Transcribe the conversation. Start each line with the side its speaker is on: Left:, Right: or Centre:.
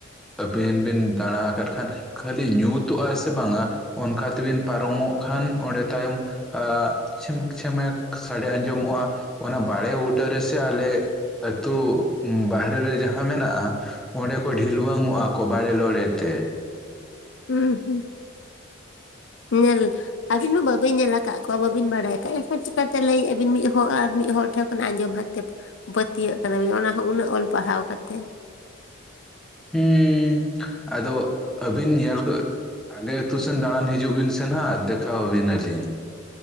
Centre: ᱟᱹᱵᱤᱱ ᱵᱤᱱ ᱫᱟᱬᱟ ᱟᱠᱟᱫ ᱠᱷᱟᱱ ᱠᱷᱟᱹᱞᱤ ᱧᱩᱛᱚᱜ ᱟᱭ ᱥᱮ ᱵᱟᱝᱟ ᱚᱱᱠᱟ ᱛᱮᱵᱤᱱ ᱯᱟᱨᱚᱢᱚᱜ ᱠᱷᱟᱱ ᱚᱸᱰᱮ ᱛᱟᱭᱚᱢ ᱟᱸ ᱪᱷᱮᱢᱮᱠ ᱪᱷᱷᱤᱢᱮᱠ ᱥᱟᱰᱮ ᱟᱸᱡᱚᱢᱚᱜ-ᱟ ᱚᱱᱟ ᱵᱟᱲᱮ ᱵᱩ ᱴᱟᱹ ᱨᱮ ᱥᱮ ᱟᱞᱮ ᱟᱹᱛᱩ ᱵᱟᱦᱨᱮ ᱨᱮ ᱡᱟᱦᱟᱸ ᱢᱮᱱᱟᱜ-ᱟ, ᱚᱸᱰᱮ ᱠᱚ ᱰᱷᱤᱞᱣᱟᱹᱝ ᱚᱜ-ᱟ ᱠᱚ ᱵᱟᱲᱮ ᱞᱚᱲᱮ ᱛᱮ᱾
Left: ᱩᱸ ᱦᱩᱸ ᱧᱮᱞ ᱟᱵᱤᱱ ᱢᱟ ᱵᱟᱵᱤᱱ ᱧᱮᱞ ᱟᱠᱟᱫ ᱠᱚᱣᱟ ᱵᱟᱹᱵᱤᱱ ᱵᱟᱰᱟᱭ ᱟᱠᱟᱫ ᱮᱱᱠᱷᱟᱱ ᱪᱤᱠᱟᱛᱮ ᱞᱟᱹᱭᱮᱜ-ᱟ ᱵᱤᱱ ᱢᱤᱫ ᱦᱚᱲ ᱟᱨ ᱢᱤᱫ ᱦᱚᱲ ᱴᱷᱮᱱ ᱚᱱᱟ ᱟᱸᱡᱚᱢ ᱦᱟᱛᱮᱫ ᱯᱟᱹᱛᱭᱟᱹᱜ ᱠᱟᱱᱟ ᱵᱤᱱ ᱚᱱᱟ ᱦᱚᱸ ᱩᱱᱟᱹᱜ ᱚᱞ ᱯᱟᱲᱦᱟᱣ ᱠᱟᱛᱮ
Centre: ᱦᱩᱸ ᱟᱫᱚ ᱟᱹᱵᱤᱱ ᱧᱮᱞ ᱠᱚ ᱟᱞᱮ ᱟᱹᱛᱩ ᱥᱮᱱ ᱫᱟᱬᱟᱱ ᱦᱤᱡᱩᱜ ᱵᱤᱱ ᱥᱮ ᱱᱦᱟᱜ ᱫᱮᱠᱷᱟᱣ ᱟᱵᱤᱱᱟᱞᱤᱧ᱾